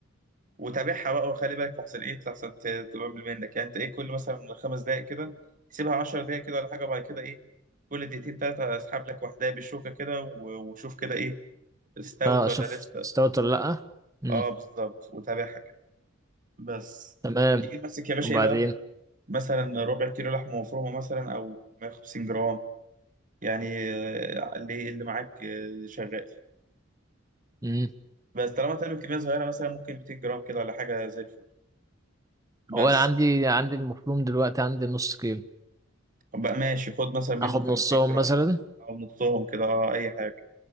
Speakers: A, on the right; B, on the right.
A: وتابعها بقى وخلي بالك لحسن ايه لحسن ت- تبقى من منك يعني انت ايه كل مثلا خمس دقائق كده سيبها 10 دقائق كده ولا حاجه وبعد كده ايه كل دقيقتين ثلاثه اسحب لك واحده بالشوكه كده و- وشوف كده ايه استوت
B: اه اشوف
A: ولا لسه
B: استوت ولا لا امم
A: اه بالظبط وتابعها كده بس
B: تمام
A: تيجي تمسك يا باشا
B: وبعدين
A: ايه بقى مثلا ربع كيلو لحمه مفرومه مثلا او 150 جرام يعني آه، اللي إيه، اللي معاك آه، شغال
B: امم
A: بس طالما تعمل كميه صغيره مثلا ممكن 200 جرام كده ولا حاجه زي الفل بس
B: هو انا عندي عندي المفروم دلوقتي عندي نص كيلو
A: طب بقى ماشي خد مثلا منه
B: اخد
A: بتاع
B: نصهم
A: 200 جرام
B: مثلا
A: او نصهم كده اه اي حاجه